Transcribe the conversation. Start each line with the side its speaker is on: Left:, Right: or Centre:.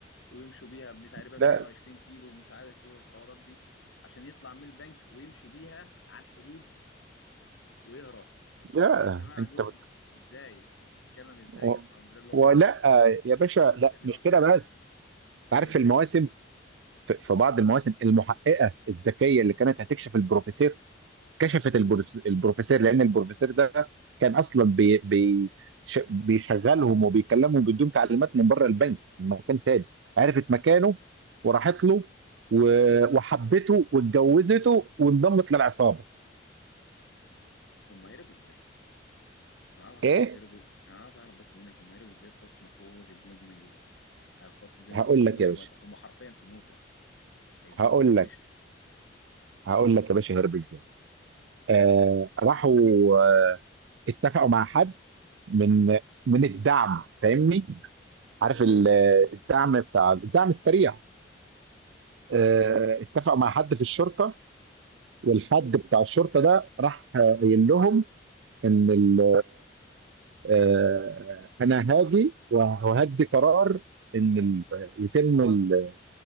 Left: ويمشوا بيها تقريبا
Right: لا
Left: 120 كيلو ومش عارف ايه والحوارات دي عشان يطلع من البنك ويمشي بيها على الحدود ويهرب
Right: لا
Left: انما الجماعه
Right: انت
Left: دول
Right: مت...
Left: ازاي انت بتتكلم ازاي
Right: و...
Left: قسما بالله اللي
Right: ولا
Left: هم راحوا في الحتة دي؟
Right: يا
Left: هم
Right: باشا
Left: جابوا في الاول الفكره
Right: لا
Left: دي
Right: مش
Left: اصلا
Right: كده بس
Left: ايه
Right: عارف المواسم في في بعض المواسم المحققه الذكيه اللي كانت هتكشف البروفيسور كشفت البروس- البروفيسور لان البروفيسور ده كان اصلا بي بي ش- بيشغلهم وبيكلمهم بدون تعليمات من بره البنك من مكان تاني عرفت مكانه وراحت له و- وحبته واتجوزته وانضمت للعصابه
Left: هم هربوا ازاي انا عايز اعرف
Right: ايه
Left: بس هربوا انا عايز اعرف بس منك هم هربوا ازاي في وسط ما كل الدنيا دي ميته آه، في وسط الدنيا
Right: هقول
Left: دي كلها
Right: لك يا باشا
Left: مد... هم حرفيا في موتة هيموتوا
Right: هقول
Left: وش
Right: لك هقول لك يا باشا هرب ازاي آه راحوا آه اتفقوا مع حد من من الدعم فاهمني عارف ال- الدعم بتاع الدعم السريع آه، اتفقوا مع حد في الشرطه والحد بتاع الشرطه ده راح قايل لهم ان ال- آه، انا هاجي وهدي قرار ان ال- يتم ال-